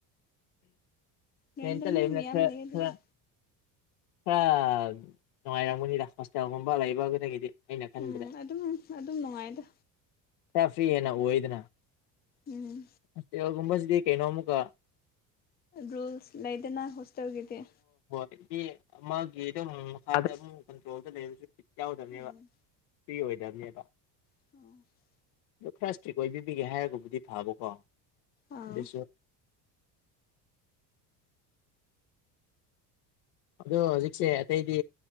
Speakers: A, on the left; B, on the left.
A: ꯔꯦꯟꯗ
B: ꯔꯦꯟꯇ
A: ꯃꯤ
B: ꯂꯩꯕꯅ
A: ꯃꯌꯥꯝ
B: ꯈꯔ
A: ꯂꯩ ꯑꯗꯨꯒꯤ
B: ꯈꯔ ꯈ꯭ꯔ ꯅꯨꯡꯉꯥꯏꯔꯝꯒꯅꯤꯗ ꯍꯣꯁꯇꯦꯜꯒꯨꯝꯕ ꯂꯩꯕꯗꯒꯤꯗꯤ ꯑꯩꯅ ꯈꯟꯕꯗ
A: ꯎꯝ ꯑꯗꯨꯝ ꯑꯗꯨꯝ ꯅꯨꯡꯉꯥꯏꯗ
B: ꯈꯔ ꯐ꯭ꯔꯤ ꯍꯦꯟꯅ ꯑꯣꯏꯗꯅ
A: ꯎꯝ
B: ꯍꯣꯁꯇꯦꯜꯒꯨꯝꯕꯁꯤꯗꯤ ꯀꯩꯅꯣ ꯑꯃꯨꯛꯀ
A: ꯔꯨꯜꯁ ꯂꯩꯗꯅ ꯍꯣꯁꯇꯦꯜꯒꯤꯗꯤ
B: <unintelligible> ꯃꯥꯒꯤ ꯑꯗꯨꯝ ꯃꯈꯥꯗ ꯑꯗꯨꯝ ꯀꯟꯇ꯭ꯔꯣꯜꯗ ꯂꯩꯕꯁꯨ ꯕꯤꯠ ꯌꯥꯎꯗꯕꯅꯦꯕ
A: ꯎꯝ
B: ꯐ꯭ꯔꯤ ꯑꯣꯏꯗꯝꯅꯦꯕ
A: <unintelligible>
B: ꯑꯗꯨ ꯈꯔ ꯏꯁꯇ꯭ꯔꯤꯛ ꯑꯣꯏꯕꯤꯕꯒꯤ ꯍꯥꯏꯔꯒꯕꯨꯗꯤ ꯐꯕꯀꯣ
A: ꯑꯥ
B: ꯑꯗꯨꯁꯨ ꯑꯗꯣ ꯍꯧꯖꯤꯛꯁꯦ ꯑꯇꯩꯗꯤ